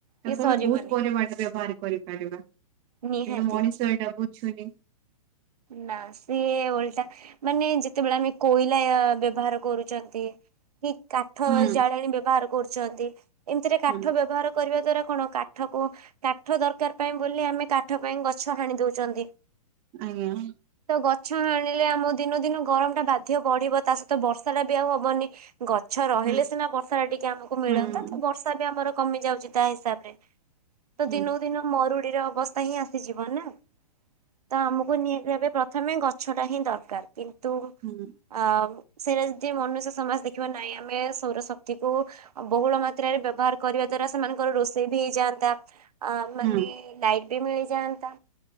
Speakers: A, on the right (about 30°); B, on the right (about 75°).
A: ତାକୁ
B: ଇଏ ସରିବନି
A: ଆମେ ବହୁତ ପରମାଣ ବ୍ୟବହାର କରିପାରିବା କିନ୍ତୁ
B: ନିହାତି।
A: ମଣିଷ ଏଇଟା ବୁଝୁନି।
B: ନା ସିଏ ଓଲଟା ମାନେ ଯେତେବେଳେ ଆମେ କୋଇଲା ଆ ବ୍ୟବହାର କରୁଛନ୍ତି କି କାଠ
A: ହୁଁ
B: ଜାଳେଣୀ ବ୍ୟବହାର କରୁଛନ୍ତି ଏମିତିରେ କାଠ
A: ହୁଁ
B: ବ୍ୟବହାର କରିବା ଦ୍ଵାରା କଣ କାଠକୁ କାଠ ଦରକାର ପାଇଁ ବୋଲି ଆମେ କାଠ ପାଇଁ ଗଛ ହାଣି ଦଉଛନ୍ତି।
A: ଆଜ୍ଞା।
B: ତ ଗଛ ହାଣିଲେ ଆମ ଦିନ ଦିନ ଗରମ ଟା ବାଧ୍ୟ ବଢିବ ତା ସହିତ ବର୍ଷା ଟା ବି ଆଉ ହବନି। ଗଛ ରହିଲେ
A: ହୁଁ
B: ସିନା ବର୍ଷା ଟା ଟିକେ ଆମକୁ ମିଳନ୍ତା
A: ହୁଁ
B: ତ ବର୍ଷା ବି ଆମର କମିଯାଉଛି। ତା ହିସାବରେ ତ
A: ହୁଁ
B: ଦିନକୁ ଦିନ ମରୁଡିର ଅବସ୍ଥା ହିଁ ଆସିଯିବ ନା? ତ ଆମକୁ ନିହାତି ଭାବେ ପ୍ରଥମେ ଗଛ ଟା ହିଁ ଦରକାର କିନ୍ତୁ
A: ହୁଁ।
B: ଅ ସେଇଟା ଯଦି ମନୁଷ୍ୟ ସମାଜ ଦେଖିବ ନାହିଁ ଆମେ ସୌରଶକ୍ତିକୁ ବହୁଳ ମାତ୍ରାରେ ବ୍ୟବହାର କରିବା ଦ୍ଵାରା ସେମାନଙ୍କର ରୋଷେଇ ବି ହେଇଯାଆନ୍ତା। ଅ ମାନେ
A: ହୁଁ
B: ଲାଇଟ ବି ମିଳିଯାଆନ୍ତା